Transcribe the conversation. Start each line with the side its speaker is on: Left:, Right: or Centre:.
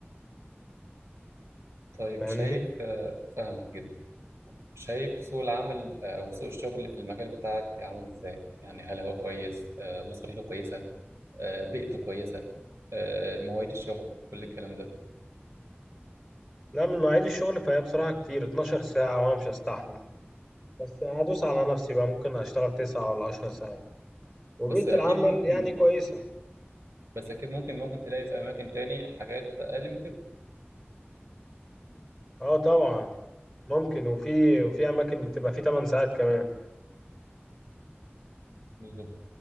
Right: طيب
Centre: فاهمني؟
Right: شايف آه، فاهمك جدا شايف سوق العمل آه، أو سوق الشغل في المجال بتاعك عامل إزاي يعني هل هو كويس آه، مصاريفه كويسة آه، بيئته كويسة آه، مواعيد الشغل كل الكلام ده
Centre: لا من مواعيد الشغل فهي بصراحة كتير 12 ساعة وأنا مش هستحمل بس هدوس على نفسي بقى ممكن أشتغل 9 ولا 10 ساعات وبيئة
Right: بس اكيد
Centre: العمل
Right: ممكن
Centre: يعني كويسة
Right: بس اكيد ممكن ممكن تلاقي في اماكن تاني حاجات اقل من كده
Centre: أه طبعا ممكن وفي وفي أماكن بتبقى فيه 8 ساعات كمان
Right: بالظبط